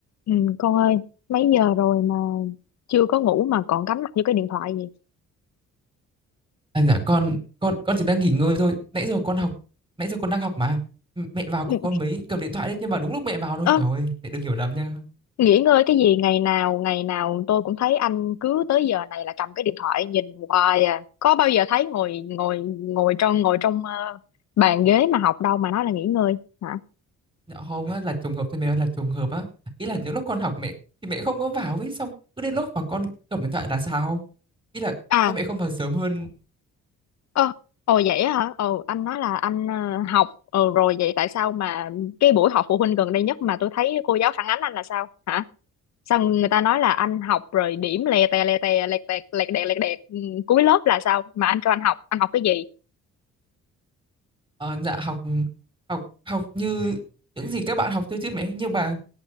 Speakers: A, on the left; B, on the right.
A: Ừ, con ơi, mấy giờ rồi mà chưa có ngủ mà còn cắm mặt vô cái điện thoại gì?
B: À, dạ con con con chỉ đang nghỉ ngơi thôi nãy giờ con học nãy giờ con đang học mà M mẹ vào con
A: Ừ,
B: mới cầm điện thoại đấy nhưng mà đúng lúc mẹ vào thôi
A: ơ,
B: trời ơi mẹ đừng hiểu lầm nha
A: nghỉ ngơi cái gì ngày nào ngày nào tôi cũng thấy anh cứ tới giờ này là cầm cái điện thoại nhìn hoài à. Có bao giờ thấy ngồi ngồi ngồi trong ngồi trong ờ, bàn ghế mà học đâu mà nói là nghỉ ngơi hả?
B: dạ không á là trùng hợp thôi mẹ ơi là trùng hợp á ý là những lúc con học mẹ thì mẹ không có vào ấy xong cứ đến lúc mà con cầm điện thoại là sao ý là
A: À,
B: sao mẹ không vào sớm hơn
A: ơ, ồ vậy á hả? Ồ anh nói là anh ờ, học ờ, rồi vậy tại sao mà cái buổi họp phụ huynh gần đây nhất mà tôi thấy cô giáo phản ánh anh là sao hả? xong người ta nói là anh học rồi điểm lè tè lè tè lè tè lè đẹt lè đẹt ừ, cuối lớp là sao mà anh kêu anh học anh học cái gì
B: ờ, dạ học học học như những gì các bạn học thôi chứ mẹ nhưng mà